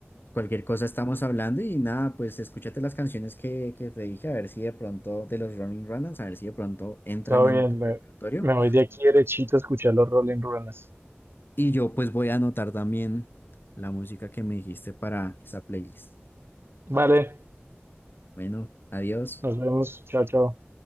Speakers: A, on the left (about 55°); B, on the right (about 65°).
A: cualquier cosa estamos hablando y nada, pues escúchate las canciones que, que te dije, a ver si de pronto, de los Running Runners, a ver si de pronto entran
B: todo
A: en
B: bien,
A: tu
B: me,
A: repertorio.
B: me voy de aquí derechito a escuchar los Rolling Runas.
A: Y yo pues voy a anotar también la música que me dijiste para esa playlist.
B: Vale,
A: Bueno, adiós.
B: nos vemos, chao, chao.